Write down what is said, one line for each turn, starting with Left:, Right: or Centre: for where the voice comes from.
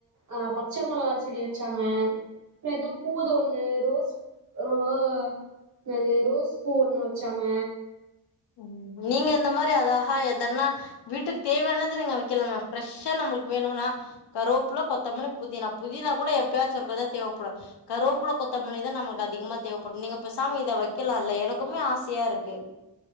Right: அ பச்ச மொளகா செடி வச்சாங்க எதோ பூது ஒண்ணு ரோஸ் ரோ ன்னது ரோஸ் பூ ஒண்ணு வச்சாங்க
Left: உம் நீங்க இந்த மாரி அதகா எதன்னா வீட்டுக் தேவயானத நீங்க வக்கலமா ஃப்ரெஷ்ஷா நம்ளுக் வேணுனா கருவப்புல கொத்தமல்லி புதினா புதினா குட எப்பயாச்சு ஒருக்கதா தேவப்படு கருவப்புல கொத்தமல்லி தா நம்ளுக் அதிகமா தேவப்படு நீங்கப்பெசாம இத வக்கலால்ல எனக்குமே ஆசயாருக்கு